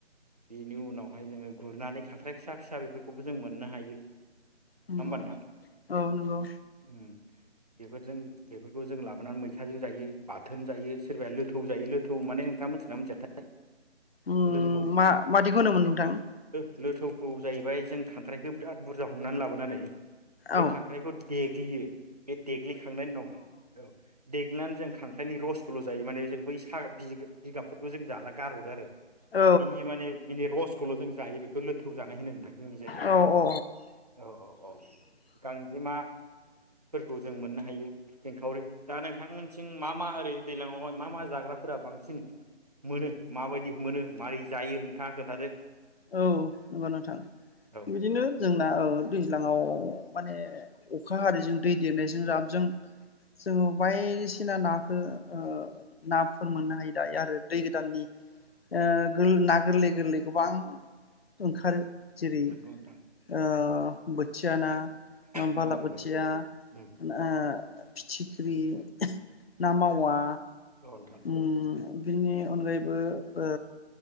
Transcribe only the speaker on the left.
नंगौ
औ नंगौ
उम
मादिखौ होनोमोन नोंथां
औ
औ
औ
औ नंगौ नोंथां
बिदिनो जोंना औ दैज्लांआव माने अखा हारिजों दै देरनायजों ज्राबजों जोङो बायदिसिना नाखौ ओ नाफोर मोननो हायो दायो आरो दै गोदाननि ओ ना गोरलै गोरलै गोबां ओंखारो जेरै
ओ बोथिया ना
बाला
बोथिया
ना ओ फिथिख्रि ना मावा
उम बिनि अनगायैबो ओ